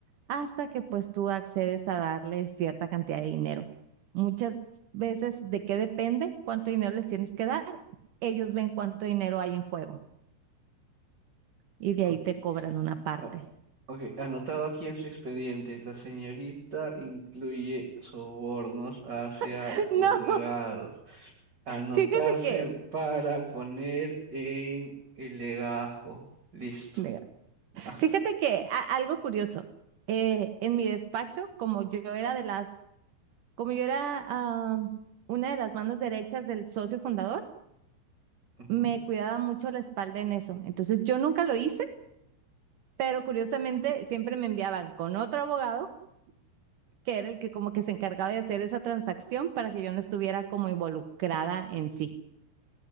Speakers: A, on the right; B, on the right.
A: hasta que pues tú accedes a darle cierta cantidad de dinero. Muchas veces, ¿de qué depende? ¿Cuánto dinero les tienes que dar? Ellos ven cuánto dinero hay en juego y de
B: Ok.
A: ahí te cobran una parte.
B: Ah, ok, Anotado aquí en su expediente, la señorita incluye sobornos hacia
A: <laughs>
B: juzgados.
A: No,
B: Anotarse
A: fíjate que,
B: para poner en el legajo. Listo.
A: nega,
B: Ah,
A: fíjate que a- algo curioso. eh, en mi despacho, como yo era de las, como yo era ah, una de las manos derechas del socio fundador,
B: ujú,
A: me cuidaba mucho la espalda en eso. Entonces yo nunca lo hice, pero curiosamente siempre me enviaban con otro abogado, que era el que como que se encargaba de hacer esa transacción para que yo no estuviera como involucrada en sí.